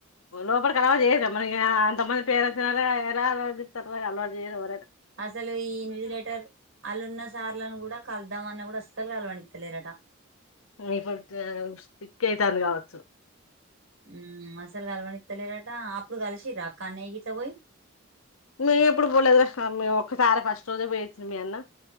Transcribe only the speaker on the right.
అసలు ఈ ఇన్విజిలేటర్ అల్లున్న సార్లను కూడా కలుదాం అన్న కూడ్ అస్సల్ కల్వనిత్తలేరటా.
ఉమ్ అసల్ కలవనిత్తలేరటా అప్పుడు కల్శింరా కన్నయ్య గిట్ల పోయి.